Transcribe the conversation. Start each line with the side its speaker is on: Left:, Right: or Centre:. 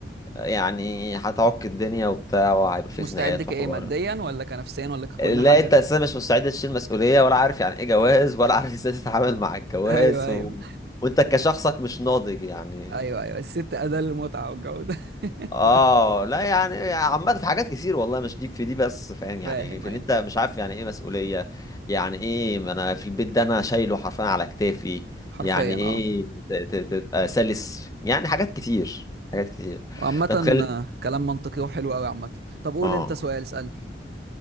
Left: يعني هتعك الدنيا وبتاع وهيبقى في
Right: مش مستعد
Left: خناقات
Right: كايه
Left: وحوار
Right: ماديا ولا كنفسيا ولا ككل
Left: لا
Right: حاجه
Left: انت اساسا مش مستعد تشيل مسؤوليه ولا عارف يعني ايه جواز ولا عارف ازاي تتعامل مع الجواز
Right: <laughs> ايوه ايوه
Left: و... وانت كشخصك مش ناضج يعني
Right: ايوه ايوه الست اداه للمتعه والجو ده <laughs>
Left: اه
Right: تمام
Left: لا يعني عامه في حاجات كتير والله مش دي في دي بس فاهم يعني
Right: فاهم
Left: في
Right: ايوه
Left: اللي انت مش عارف يعني ايه مسؤوليه يعني ايه ما انا في البيت ده انا شايله حرفيا على كتافي
Right: حرفيا
Left: يعني ايه
Right: اه
Left: ت- ت- تبقى سلس يعني حاجات كتير حاجات كتير
Right: وعامة
Left: طب خلي
Right: آه، كلام منطقي وحلو قوي عامة طب قول
Left: اه
Right: انت سؤال اسألني